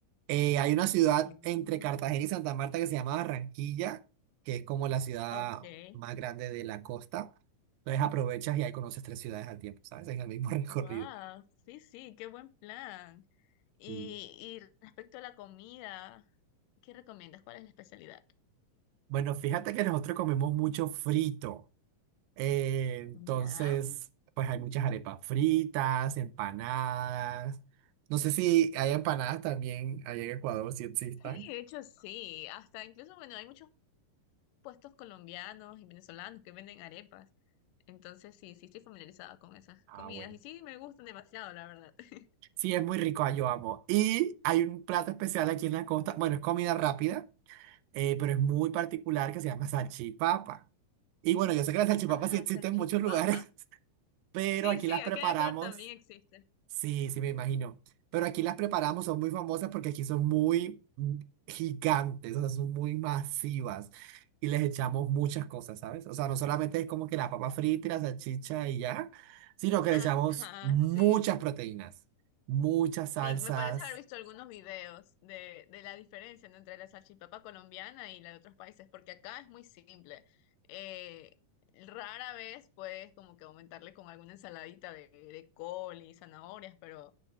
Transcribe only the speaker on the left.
Mm,
ok.
Wow, sí, sí, qué buen plan. Y,
y respecto a la comida, ¿qué recomiendas? ¿Cuál es la especialidad?
Ya.
Sí, de hecho sí, hasta incluso, bueno, hay muchos puestos colombianos y venezolanos que venden arepas, entonces sí, sí estoy familiarizada con esas
comidas
y sí, me gustan demasiado, la verdad. <laughs>
Ah,
salchipapa.
Sí,
sí,
acá
en Ecuador también existe.
Ajá,
sí.
Sí, me parece haber visto algunos videos de, de la diferencia, ¿no? entre la salchipapa colombiana y la de otros países, porque acá es muy simple. Eh, rara vez puedes como que aumentarle con alguna ensaladita de, de col y zanahorias, pero